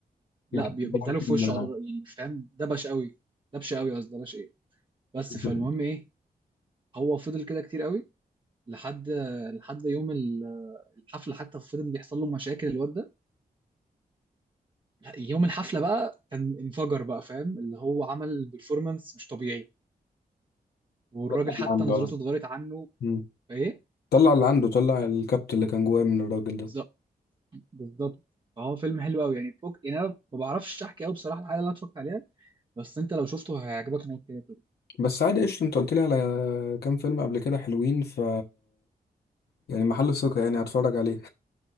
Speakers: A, on the right (about 30°); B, on the left (about 85°).
A: لا
B: ما
A: بي-
B: تطلعش
A: بيداله في
B: ما
A: وشه على طول، يعني فاهم دبش قوي دبش قوي قصدي دبش ايه بس
B: تطلع
A: فالمهم ايه هو فضل كده كتير قوي لحد لحد يوم ال- الحفله حتى فضل بيحصل له مشاكل الواد ده لا، يوم الحفله بقى كان انفجر بقى فاهم اللي هو عمل بيرفورمانس مش طبيعي والراجل
B: اللي
A: حتى
B: عنده
A: نظرته
B: آه.
A: اتغيرت عنه
B: مم.
A: ايه
B: طلع اللي عنده طلع الكبت اللي كان جواه من الراجل
A: بالظبط
B: ده
A: بالظبط فهو فيلم حلو قوي يعني فوق يعني انا ما بعرفش احكي قوي بصراحه الحاجه اللي انا اتفرجت عليها بس انت لو شفته هيعجبك موت كده
B: بس عادي قشطة انت قلت لي على كام فيلم قبل كده حلوين ف يعني محل ثقة يعني هتفرج عليه